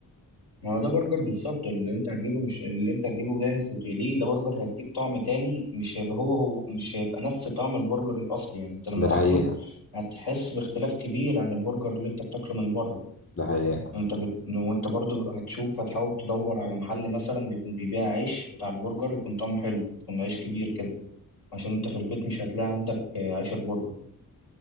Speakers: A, on the left; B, on the left.
A: ما هو ده برجر بالظبط اللي انت هتجيبه مش اللي انت هتجيبه جاهز وتقليه ده برجر هيديك طعم تاني مش هيبقى هو هو مش هيبقى نفس طعم البرجر الأصلي يعني انت لما
B: ده
A: تاكله
B: حقيقه
A: هتحس باختلاف كبير عن البرجر اللي انت بتاكله من بره
B: ده حقيقه
A: انت بت... وانت برضو هتشوف هتحاول تدور على محل مثلا بيكون بيبيع عيش بتاع البرجر يكون طعمه حلو يكون عيش كبير كده عشان انت في البيت مش هتلاقي عندك آه، عيش البرجر